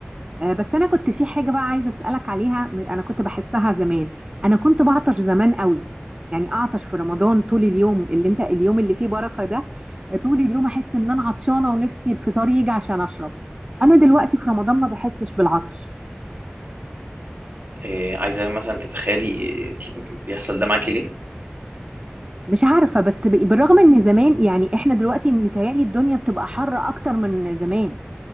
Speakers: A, on the right (about 25°); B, on the right (about 55°).
A: آه، بس انا كنت في حاجه بقى عايزه اسالك عليها م- انا كنت بحسها زمان انا كنت بعطش زمان قوي يعني اعطش في رمضان طول اليوم اللي انت اليوم اللي فيه بركه ده آه، طول اليوم احس ان انا عطشانه ونفسي الفطار يجي عشان اشرب انا دلوقتي في رمضان ما بحسش بالعطش
B: إيه عايزه مثلا تتخيلي إيه انت بيحصل ده معاكي ليه
A: مش عارفه بس ب- بالرغم ان زمان يعني احنا دلوقتي متهيألي الدنيا بتبقى حر اكتر من زمان